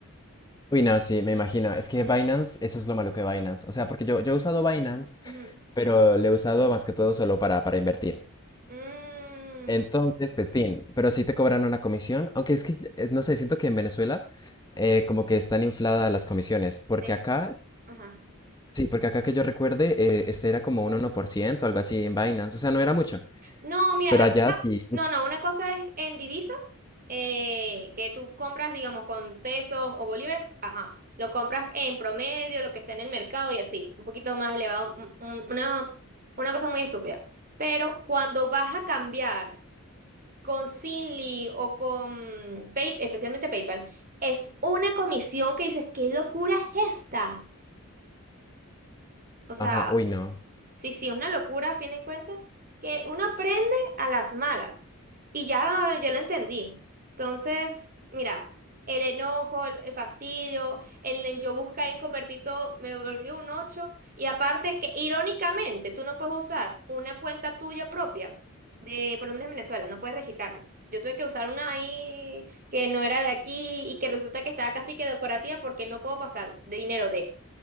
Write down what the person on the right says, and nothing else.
Ujú.
Mm,
de-
ajá.
No, mira,
lo
que pasa-
no, no, una cosa es en divisa, eh, que tú compras, digamos, con pesos o bolívares, ajá, lo compras en promedio, lo que está en el mercado y así, un poquito más elevado, un- un- una, una cosa muy estúpida. Pero cuando vas a cambiar con Lee o con Pay- especialmente PayPal, es una comisión que dices, ¿qué locura es esta? O sea,
Sí, sí, una locura a fin de cuentas, que uno aprende a las malas y ya, ya lo entendí. Entonces, mira, el enojo, el, el fastidio, el en yo buscar en convertir todo, me volvió un 8 y aparte que irónicamente tú no puedes usar una cuenta tuya propia de, por lo menos en Venezuela, no puedes registrarla. Yo tuve que usar una ahí que no era de aquí y que resulta que estaba casi que decorativa porque no puedo pasar de dinero de